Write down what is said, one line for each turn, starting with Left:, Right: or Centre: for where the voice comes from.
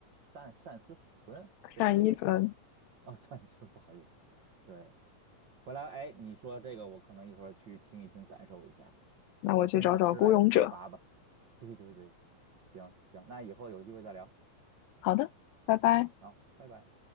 Right: 单单思纯，这我都没听过。
Left: 单依纯。
Right: 哦，<laughs> 单思纯，不好意思，对，回来，哎，你说这个，我可能一会儿去听一听，感受一下，
Left: 那我去找找《孤勇者》。
Right: 也跟上时代的步伐吧。<laughs> 对对对，行行，那以后有机会再聊。
Left: 好的，拜拜。
Right: 嗯，好，拜拜。